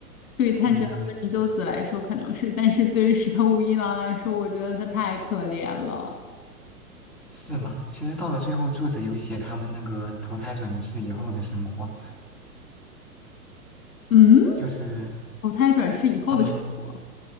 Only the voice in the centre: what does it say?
嗯，
是吗？其实到了最后，作者有写他们那个投胎转世以后的生活，
就是
他们，